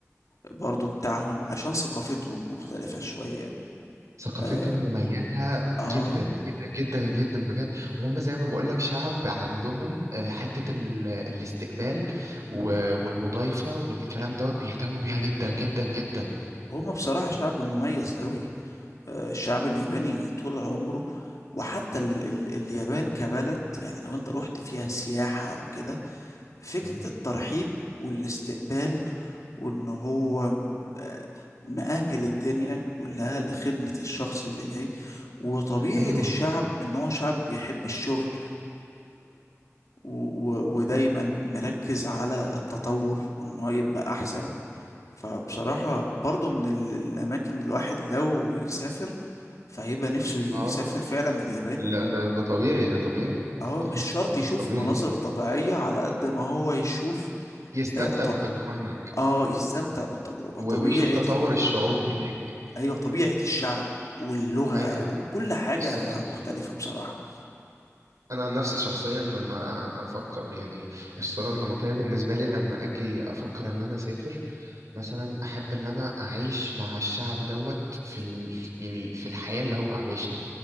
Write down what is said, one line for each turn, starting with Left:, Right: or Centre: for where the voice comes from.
Left: برضو بتاعهم عشان ثقافتهم مختلفة شوية
Right: ثقافتهم
Left: آه,
Right: مميزة
Left: آه
Right: جدا جدا جدا جدا بجد وهم زي ما بقولك شعب عندهم آه، حتة ال- الاستقبال و- والمضايفة والكلام دوت بيهتموا بيها جدا جدا جدا
Left: هما بصراحة شعب مميز قوي آه الشعب الياباني طول عمره وحتى ال ال اليابان كبلد يعني لو انت رحت فيها سياحة او كده فكرة
Right: مهم.
Left: الترحيب والاستقبال وان هو م- آه، مأهل الدنيا كلها لخدمة الشخص اللي جاي وطبيعة
Right: ايوه
Left: الشعب ان هو شعب بيحب الشغل و- و- ودايما مركز على التطور وان هو يبقى احسن فبصراحة برضو من ال- الاماكن اللي الواحد لو يسافر فهيبقى نفسه يسافر
Right: اه
Left: فعلا اليابان
Right: لا ده ده طبيعي ده طبيعي
Left: اه مش شرط يشوف
Right: ده طبيعي
Left: مناظر طبيعية على قد ما هو يشوف
Right: يستمتع
Left: اه, ط-
Right: بالتجربة هناك
Left: آه يستمتع بالتجربة
Right: و-
Left: طبيعة
Right: ويشوف تطور
Left: ال...
Right: الشعوب هناك
Left: ايوه طبيعة الشعب واللغة
Right: أيوة
Left: وكل حاجة
Right: الثقافة
Left: مختلفة بصراحة
Right: أنا عن نفسي شخصيا لما أ- أفكر يعني الصورة النمطية بالنسبة لي لما أجي أفكر إن أنا أسافر مثلا أحب إن أنا أعيش مع الشعب دوت في ال... يعني في الحياة اللي هو عايشها